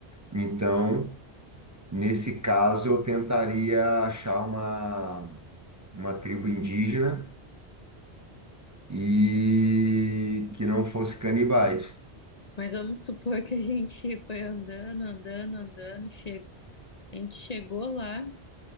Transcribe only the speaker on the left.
Mas vamos supor que a gente <laughs> foi andando, andando, andando e chegou. A gente chegou lá